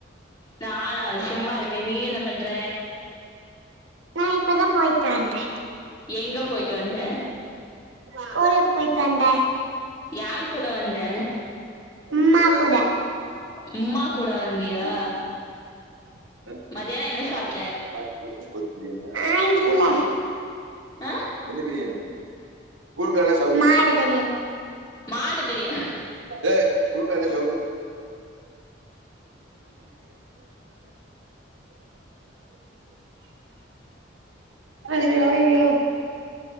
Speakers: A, on the left (about 20°); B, on the right (about 90°).
A: நான சும்மா இருக்கேன நீ என்ன பண்ற
B: நா இப்பதா போய்ட்டு வந்ட்டே
A: எங்க போய்ட்டு வந்த
B: ஸ்கூலுக்கு போய்ட்டு வந்தே
A: யார் கூட வந்த
B: ம்மா கூட
A: அம்மாக் கூட வந்தியா
B: வீட்டு பிரியாணி
A: மத்தியான என்ன சாப்பிட்ட
B: <unintelligible> ஆ இல்ல
A: ஆ
B: என்ன பிரியாணி ஊருல எல்லா சவுக்கியமா
A: மாடு பிரியா
B: ஏ சவுக்கியமா ஐயோஐயோ